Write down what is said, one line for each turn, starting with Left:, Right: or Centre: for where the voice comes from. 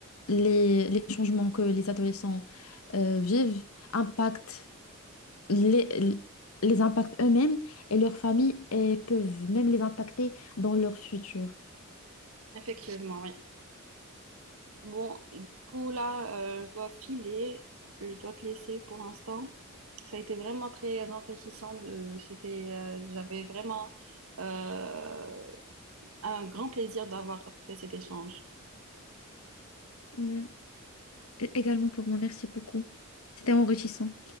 Left: Les, les changements que les adolescents euh, vivent impactent les, les impactent eux-mêmes et leurs familles et peuvent même les impacter dans leur futur.
Right: Effectivement, oui. Bon, du coup, là, euh, je dois filer, je dois te laisser pour l'instant. Ça a été vraiment très enrichissant. De, c'était, euh, j'avais vraiment euh, un grand plaisir d'avoir fait cet échange.
Left: Mais- Également pour moi, merci beaucoup. C'était enrichissant.